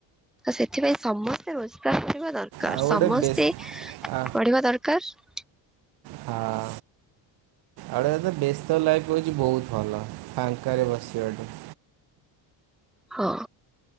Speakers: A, in the centre; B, on the right (about 60°).
A: ତ ସେଥିପାଇଁ ସମସ୍ତେ ରୋଜଗାର କରିବା ଦର କାର
B: ଆଉ
A: ସମସ୍ତେ
B: ଗୋଟେ ବେସ୍ ଆ
A: ପଢିବା ଦରକାର।
B: ହଁ। ଆଉ ଗୋଟେ ହଉଛି ଏ ବ୍ୟସ୍ତ ଲାଇଫ୍ ହେଉଛି ବହୁତ ଭଲ ଫାଙ୍କାରେ ବସିବାଠୁ।
A: ହଁ।